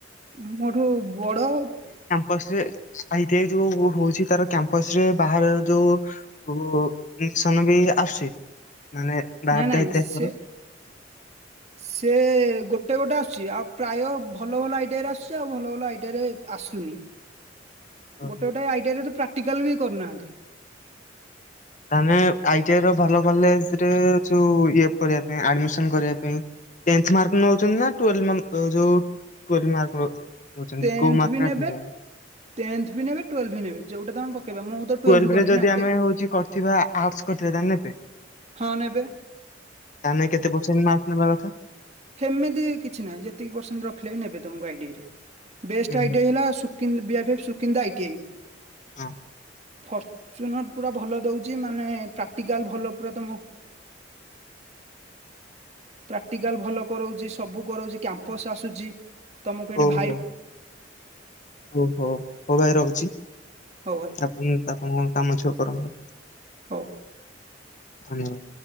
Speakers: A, on the right; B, on the left.
A: ମୋଠୁ ବଡ଼।
B: ପଛରେ ସାଇଡେ ଯୋଉ ହଉଚି ତାର କ୍ୟାମ୍ପସ ରେ ବାହାର ରେ ଯୋଉ କୋଉ ମିଶନ ବି ଆସୁଚି ମାନେ ବାହାରେତେ
A: ନା ନାଇଁ ସେ
B: ଏତେ
A: ସେ ଗୋଟେ ଗୋଟେ ଆସୁଛି ଆଉ ପ୍ରାୟ ଭଲ ଭଲ ଆଇଡିଆରେ ଆସୁଛି ଆଉ ଭଲ ଭଲ ଆଇଡିଆରେ ଆସୁନି।
B: ଓହୋ।
A: ଗୋଟେ ଗୋଟେ ଆଇଟିଆଇ ତ ପ୍ରାକ୍ଟିକାଲ୍ ବି କରୁନାହାନ୍ତି।
B: ତାହେନେ ଆଇଟିଆଇ ଭଲ କଲେଜ୍ ରେ ଯଉ ଇଏଫ୍ କରିବା ପାଇଁ ଆଡମିଶନ୍ କରିବା ପାଇଁ ଟେନ୍ଥ ମାର୍କ ନୋଉଚନ୍ତି ନାଁ ଟୁଏଲ୍ ନଂ ଟୁଏଲ୍ ମାର୍କର? ନୋଉଚନ୍ତି
A: ଟେନ୍ଥ
B: କୋଉ ମାର୍କଟା
A: ବି ନେବେ
B: ଠିକ୍ ହବ।
A: ଟେନ୍ଥ ବି ନେବେ ଟୁଏଲ୍ ବି ନେବେ ଯଉଟା ତମେ ପ କେବେ ମୁଁ ତ ଟୁଏଲ୍ଭ
B: ଟୁଏଲ୍
A: କରିନି
B: ରେ ଯଦି
A: ନା ଟେ
B: ଆମେ ହଉଚି କରିଥିବା ଆଡ୍ସ୍ କରିଥିବା ତାହେଲେ ନେବେ।
A: ହଁ ନେବେ।
B: ତାହେନେ କେତେ ପରସେଣ୍ଡେ ମାର୍କେ ନେବା କଥା?
A: ହେମିତି କିଛି ନାହିଁ ଯେତିକି ପରସେଣ୍ଟ ରଖିଲେ ବି ନେବେ ତୁମକୁ ଆଇଟାଇରେ। ବେଷ୍ଟ
B: ହୁଁ
A: ଆଇଟିଆଇ
B: ହୁଁ
A: ହେଲା ସୁକି ବିହାବିହର୍ ସୁକିନ୍ଦା ଆଇଟିଆଇ।
B: ହଁ
A: ଫର୍ଚୁନର ପୁରା ଭଲ ଦଉଚି ମାନେ ପ୍ରାକ୍ଟିକାଲ ଭଲ। ପୁରାତମ ପ୍ରାକ୍ଟିକାଲ୍ ଭଲ କରଉଚି ସବୁ କରଉଛି କ୍ୟାମ୍ପସ୍ ଆସୁଛି ତମକୁ ଏଠି ଭା
B: ଓହୋ ଓହୋ ହଉ ଭାଇ ରହୁଚି।
A: ହଉ ଭାଇ
B: ହୁଁ ଆପଣ କାମ ଛୁଅ କରନ୍ତୁ।
A: ହଉ।
B: ଧନ୍ୟବାଦ।